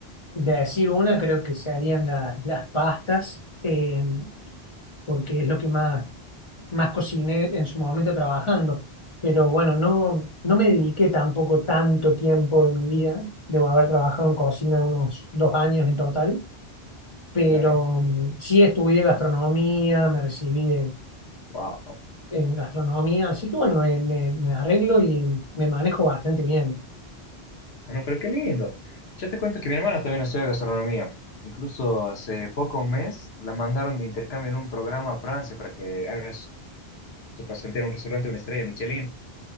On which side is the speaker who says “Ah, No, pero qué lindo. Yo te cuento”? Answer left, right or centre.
Left